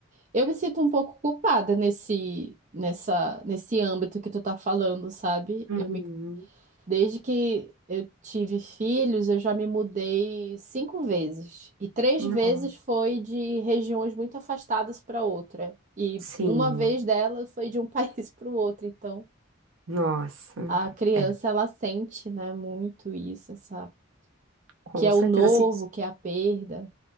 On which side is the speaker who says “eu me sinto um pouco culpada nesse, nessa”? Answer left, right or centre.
Right